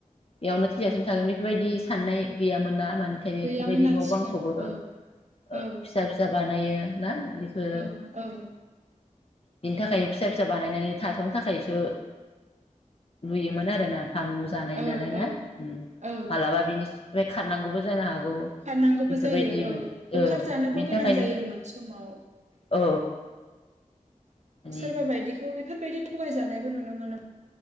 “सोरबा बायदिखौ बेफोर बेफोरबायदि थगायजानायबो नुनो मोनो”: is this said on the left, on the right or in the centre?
Right